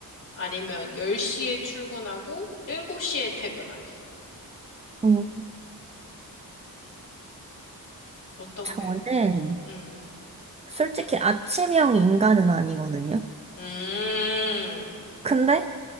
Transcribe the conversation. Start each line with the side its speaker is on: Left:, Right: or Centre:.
Left: 아니면 10시에 출근하고 7시에 퇴근하기.
Right: 음,
Left: 어떤
Right: 저는
Left: 게, 음,
Right: 솔직히 아침형 인간은 아니거든요.
Left: 음,
Right: 근데